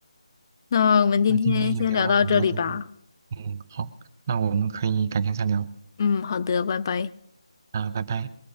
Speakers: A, on the left (about 35°); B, on the right (about 30°).
A: 那我们今天先聊到这里吧。
B: 那今天也聊了很多这个，嗯，好，那我们可以改天再聊，
A: 嗯，好的，拜拜。
B: 啊，拜拜。